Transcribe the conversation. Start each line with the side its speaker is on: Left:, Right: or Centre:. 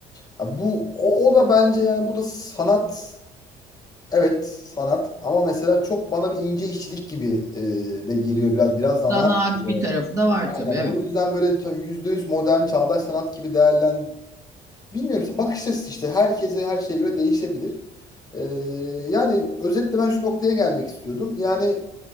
Left: ha bu o, o da bence yani bu da sanat Evet sanat ama mesela çok bana bir ince işçilik gibi e, de geliyor biraz biraz zanaat
Right: Zanaat
Left: gibi.
Right: bir tarafı da var
Left: Aynen.
Right: tabii evet.
Left: O yüzden böyle tam %100 modern çağdaş sanat gibi değerlen bilmiyorum işte bakış açısı işte herkese her şeye göre değişebilir. E, yani özetle ben şu noktaya gelmek istiyordum. Yani